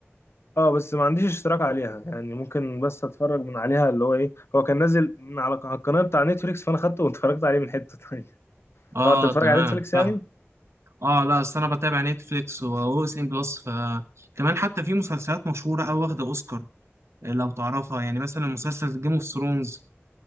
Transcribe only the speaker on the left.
اه بس ما عنديش اشتراك عليها يعني ممكن بس اتفرج من عليها اللي هو ايه هو كان نازل من على على القناه بتاع نتفليكس فانا خدته واتفرجت عليه من حته تانية <laughs>
اه انت بتتفرج
على نتفليكس
يعني